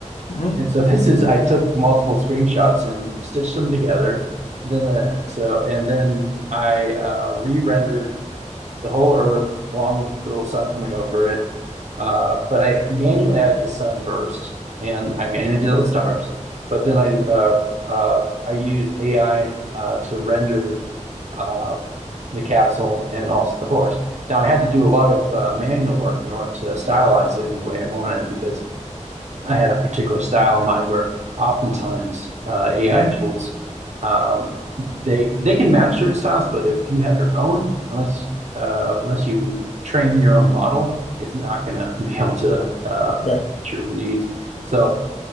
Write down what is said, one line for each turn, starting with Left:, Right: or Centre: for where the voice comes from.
Left: hmm
Right: and so <laughs> this is I took multiple screenshots and stitched them together. Then uh, so and then I uh, re-rendered the whole Earth along with the little sun coming over it. Uh, but I manually added the sun burst and I manually did those stars. But then I uh, uh, I used AI uh, to render uh, the castle and also the horse. Now I had to do a lot of uh, manual work in order to stylize it in the way I wanted because I had a particular style in mind where oftentimes AI
Left: hmm
Right: tools, um, they they can match certain styles, but if you have your own, unless uh, unless you train your own model, it's not going to <laughs> be able to uh,
Left: right,
Right: meet your needs. So,